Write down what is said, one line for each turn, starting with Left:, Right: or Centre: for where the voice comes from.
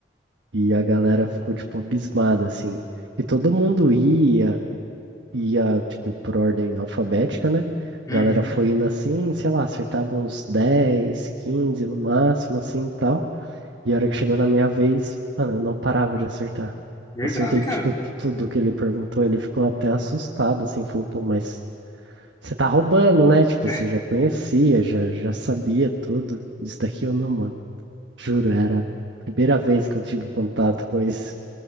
Right: e a galera ficou tipo abismada assim. E todo mundo ia, ia tipo por ordem alfabética, né?
Left: Uhum.
Right: A galera foi indo assim, sei lá, acertava uns 10 15 no máximo assim, tal. E a hora que chegou na minha vez, mano, eu não parava de acertar.
Left: Verdade,
Right: Acertei,
Left: cara.
Right: tipo, tudo que ele perguntou. Ele ficou até assustado, assim, falou, pô, mas você tá roubando, né? Tipo,
Left: <laughs>
Right: você já conhecia, já, já sabia tudo. Isso daqui eu não, mano. Juro, era a primeira vez que eu tive contato com isso.